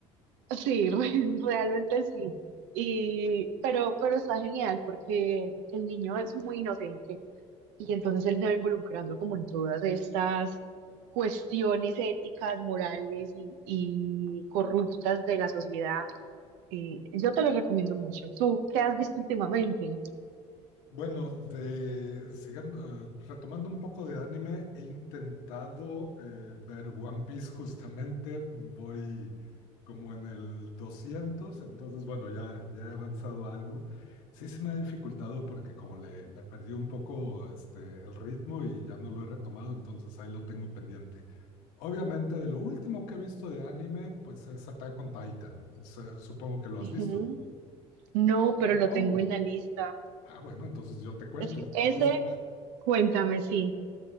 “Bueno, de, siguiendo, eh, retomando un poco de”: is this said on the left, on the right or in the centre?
Left